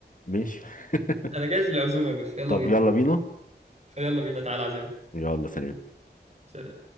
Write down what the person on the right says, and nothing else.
انا جاهز للعزومه يا باشا يلا
بينا
يلا بينا تعالى عزيمه
سلام